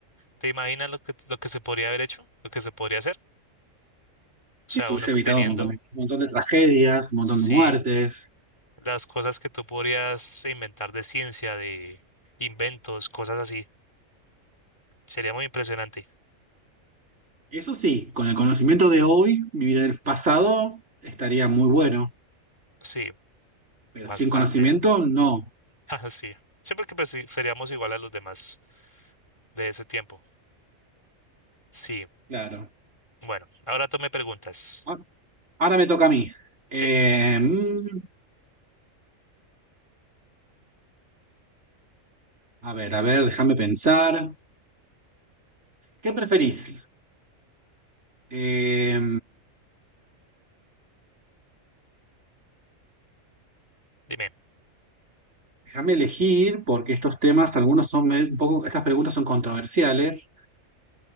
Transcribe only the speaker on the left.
¿Te imaginas lo que, lo que se podría haber hecho? ¿Lo que se podría hacer? O
sea,
uno
teniendo...
Sí.
las cosas que tú podrías inventar de ciencia, de inventos, cosas así. Sería muy impresionante.
Sí,
bastante.
<laughs> Ajá, Sí. Siempre que pues, sí, seríamos igual a los demás de ese tiempo. Sí.
Bueno, ahora tú me preguntas.
Sí,
dime.